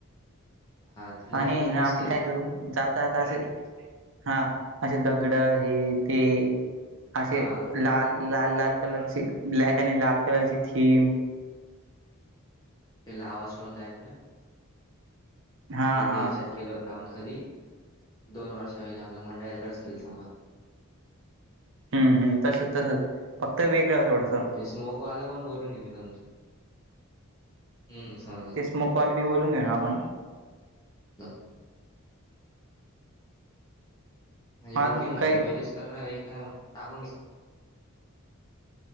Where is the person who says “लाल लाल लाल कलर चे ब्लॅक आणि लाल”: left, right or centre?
Right